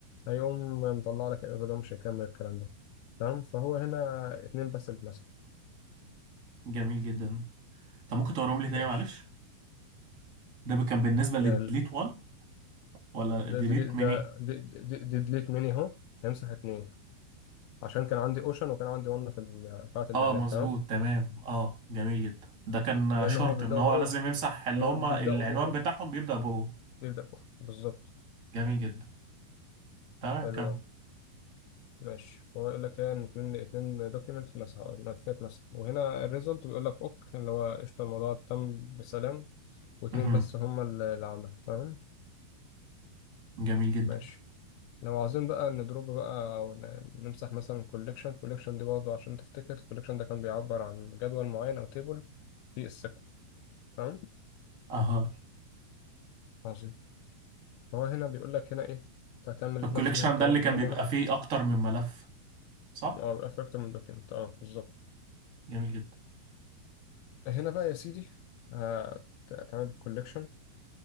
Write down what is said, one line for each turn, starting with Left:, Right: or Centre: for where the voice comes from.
Left: هيقوم مطلع لك الايرور ده مش هيكمل الكلام ده تمام فهو هنا اتنين بس اللي اتمسحوا
Right: جميل جدا طب ممكن توريهم لي تاني
Left: ماشي
Right: معلش ده كان بالنسبه للديليت
Left: يعني ال-
Right: 1 ولا
Left: ده
Right: ديليت
Left: ديليت ده
Right: ميني
Left: دي دي دي ديليت مني أهو هيمسح اتنين عشان كان عندي أوشن وكان عندي ون في ال- قاعة البيانات
Right: اه مظبوط
Left: تمام
Right: تمام اه جميل جدا ده كان
Left: لأن
Right: شرط
Left: هو بيبدأوا
Right: ان هو
Left: بأو
Right: لازم يمسح اللي
Left: هو
Right: هم
Left: بيبدأوا
Right: العنوان
Left: بأو
Right: بتاعهم بيبدأ بهو
Left: بيبدأوا بالظبط
Right: جميل جدا تمام
Left: حلو
Right: كمل
Left: أوي ماشي فهو يقول لك ايه ان اتنين اتنين دوكيمنت مسح او ملفات مسح وهنا الريزلت بيقول لك اوك اللي هو قشطة الموضوع تم بسلام واتنين
Right: مهم.
Left: بس هما اللي عمل تمام
Right: جميل جدا
Left: ماشي لو عاوزين بقى ندروب بقى او ن- نمسح مثلا كوليكشن كوليكشن دي برضه عشان تفتكر كوليكشن ده كان بيعبر عن جدول معين او تيبل في السيكول تمام
Right: اها
Left: عظيم هو هنا بيقول لك هنا ايه انت هتعمل
Right: الكوليكشن
Left: نفس اللي انت بتعمله
Right: ده اللي كان
Left: كل مرة
Right: بيبقى فيه اكتر من ملف صح
Left: اه بيبقى في اكتر من دوكيمنت اه بالظبط
Right: جميل جدا
Left: هنا بقى يا سيدي هت- هتعمل كوليكشن